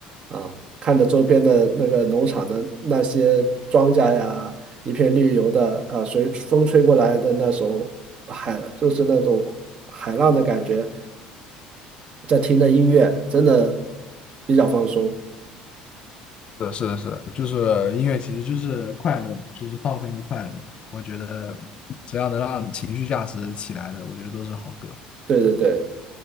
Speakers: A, on the right; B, on the left.
A: 啊，看着周边的那个农场的那些庄稼呀，一片绿油的啊，随风吹过来的那首海，就是那种海浪的感觉，在听着音乐，真的比较放松。
B: 是的，是的，是的就是音乐其实就是快乐嘛，就是放松和快乐。我觉得只要能让情绪价值起来的，我觉得都是好歌。
A: 对对对，